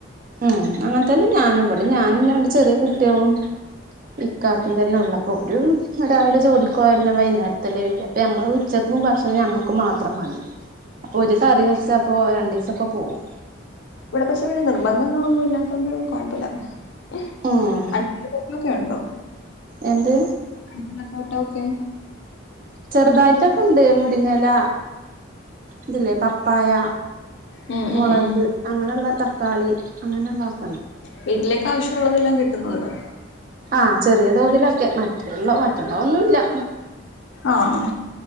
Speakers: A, on the right; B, on the left.
A: ഉം അങ്ങനെ തന്നെ ഞാനും ഇവിടെ ഞാനില്ലാണ്ട് ചെറിയ കുട്ടികളും ഇക്കാക്കിം തന്നെ ഉള്ളപ്പോ ഓര് രാവിലെ ജോലിക്കു പോയ പിന്നെ വൈകുന്നേരത്തല്ലേ വരു അപ്പൊ ഞമ്മള് ഉച്ചക്കും ഭക്ഷണം ഞമ്മക്ക് മാത്രം മതി അപ്പൊ ഒരു കറി വെച്ചാപ്പൊ രണ്ടു ദിവസൊക്കെ പോവും.
B: ഇവിടെ പക്ഷെ നിർബന്ധങ്ങളൊന്നും ഇല്ലാത്തോണ്ട് കൊഴപ്പില്ല. <unintelligible>
A: ഉം
B: ഒണ്ടോ
A: എന്ത്
B: അടുക്കള തോട്ടോക്കെ?
A: ചെറുതായിട്ടൊക്കെ ഇണ്ട് മുരിങ്ങയില ഇതില്ലേ പപ്പായ
B: ഉം
A: മുളക്
B: ഉം ഉം
A: അങ്ങനെയെള്ള തക്കാളി അങ്ങനെയുള്ളതൊ
B: വീട്ടിലേക്ക് ആവശ്യമുള്ളതെല്ലാം കിട്ടുന്നുണ്ട്.
A: ആഹ് ചെറിയ തോതിലൊക്കെ മറ്റുള്ള മറ്റുള്ള ഒന്നുമില്ല
B: ആഹ്